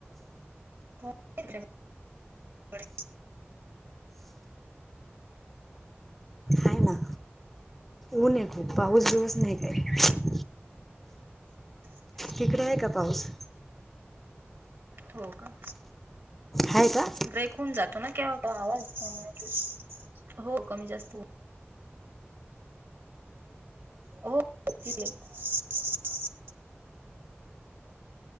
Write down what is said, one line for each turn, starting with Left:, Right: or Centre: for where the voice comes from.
Right: <unintelligible>
Centre: आहे ना ऊन हाय खूप पाऊस बिऊस नाही काही.
Right: <unintelligible>
Centre: तिकडे आहे का पाऊस?
Right: हो का
Centre: आहे का
Right: ब्रेक होऊन जातो ना केव्हा आवाज त्या हो कमी जास्त. हो. <unintelligible> एक